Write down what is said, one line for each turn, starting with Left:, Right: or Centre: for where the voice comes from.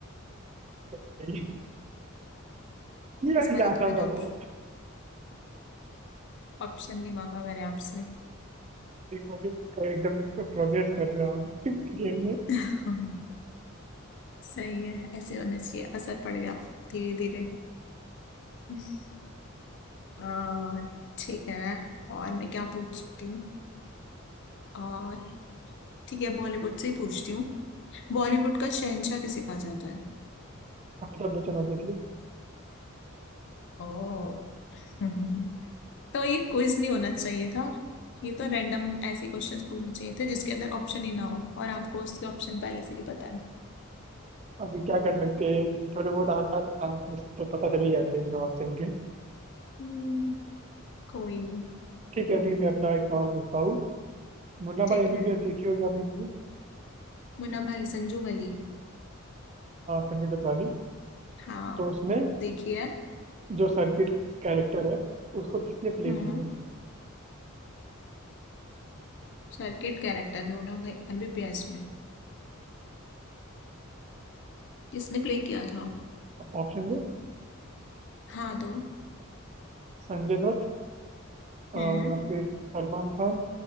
Right: <laughs> ये
Left: इस बारे
Right: ये आसान
Left: तो मैंने
Right: था
Left: ऑप्शन
Right: बहुत
Left: ऑप्शन नहीं मांगा मैंने आपसे
Right: एक बार एकदम प्रोग्रेस कर रहे हो आप <laughs> गेम में
Left: <laughs> सही है ऐसे होना चाहिए असर पड़ गया धीरे धीरे <laughs> अ, ठीक है और मैं क्या पूछ सकती हूँ और ठीक है बॉलीवुड से ही पूछती हूँ बॉलीवुड का शहंशाह किसे कहा जाता है
Right: अमिताभ बच्चन ऑब्वियसली
Left: ओ <laughs> तो ये क्विज नहीं होना चाहिए था ये तो रैंडम ऐसे क्वेश्चंस पूछने चाहिए थे जिसके अंदर ऑप्शन ही ना हो और आपको उसके ऑप्शन पहले से ही पता है
Right: अभी क्या कर सकते हैं थोड़े बहुत आसान आंसर तो पता चल ही जाते हैं बिना ऑप्शन के
Left: हम्म, कोई नहीं
Right: ठीक है अभी मैं अपना एक सवाल पूछता हूँ मुन्ना
Left: ठीक
Right: भाई एमबीबीएस
Left: है
Right: देखी होगी आपने मूवी
Left: मुन्ना भाई संजू वली
Right: संजय दत्त वाली
Left: हाँ
Right: तो उसमें
Left: देखिए
Right: जो सर्किट कैरेक्टर है उसको किसने प्ले
Left: हम्म
Right: किया है
Left: circuit character Munna Bhai MBBS में किसने प्ले किया था
Right: ऑप्शन दो
Left: हाँ दो
Right: संजय दत्त अ,
Left: हम्म
Right: या फिर सलमान खान